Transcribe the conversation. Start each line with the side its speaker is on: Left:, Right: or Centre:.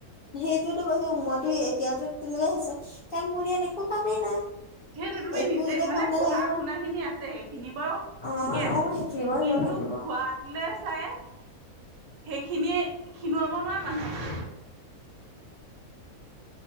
Left: সেইটোৱেতো কৈছো মইতো এতিয়াতো তেনেকুৱা হৈছে ইস্ কাৰণ মোৰ ইয়াত একো কামেই নাই।
Right: সেইটো তুমি
Left: একো
Right: নিজে
Left: যেতিয়া
Right: মানে
Left: কাম নাথাকিব
Right: পঢ়া-শুনা খিনি আছে সেইখিনি বাৰু
Left: অ
Right: ঠিকেই আছে
Left: অ সেইখিনি বাৰু
Right: কিন্তু
Left: এনেও থাকিব
Right: খোৱাত লে চাই সেইখিনিয়ে খীনোৱাব নোৱাৰে মানুহে।